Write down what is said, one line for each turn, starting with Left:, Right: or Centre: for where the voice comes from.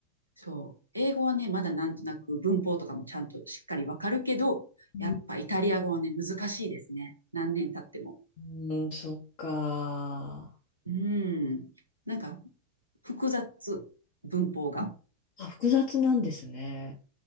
Right: そう。英語はね、まだなんとなく文法とかもちゃんとしっかりわかるけど、やっぱイタリア語はね、
Left: う
Right: 難しいですね。何年経っても。
Left: んうん、そっか。
Right: うん。なんか複雑、文法が。
Left: あ、複雑なんですね。